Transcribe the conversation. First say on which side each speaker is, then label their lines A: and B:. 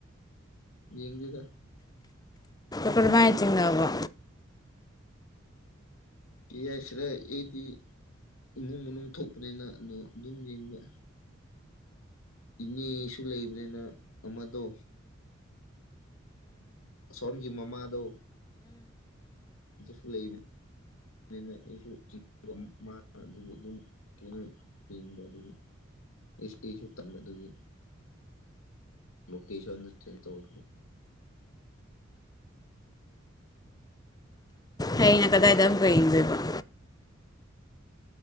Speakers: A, on the left (about 80°); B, on the left (about 20°).
A: ꯌꯦꯡꯗꯦꯗ
B: ꯀꯔꯝ ꯃꯥꯏꯅ ꯆꯤꯡꯅꯕ꯭ꯔꯣ
A: ꯌꯥꯏꯁꯤꯔ ꯑꯩꯗꯤ ꯏꯃꯨꯡ ꯃꯅꯨꯡ ꯊꯣꯛꯄꯅꯤꯅ ꯑꯗꯣ ꯑꯗꯨꯝ ꯌꯦꯡꯕ ꯏꯅꯦꯁꯨ ꯂꯩꯕꯅꯤꯅ ꯑꯃꯗꯣ ꯑꯁꯣꯟꯒꯤ ꯃꯃꯥꯗꯣ ꯑꯗꯨꯁꯨ ꯂꯩꯕꯅꯤ꯫ ꯑꯗꯨꯅ ꯑꯩꯁꯨ ꯃꯥ ꯑꯗꯨꯁꯨ ꯑꯗꯨꯝ ꯊꯦꯅꯩ ꯌꯦꯡꯕ ꯑꯗꯨꯒ ꯑꯩꯁꯨ ꯑꯩꯁꯨ ꯇꯟꯕ ꯑꯗꯨꯒꯤ ꯂꯣꯀꯦꯁꯟꯗꯣ ꯆꯦꯟꯖ ꯇꯧꯕ
B: ꯍꯩꯅ ꯀꯗꯥꯏꯗ ꯌꯦꯡꯗꯣꯏꯕ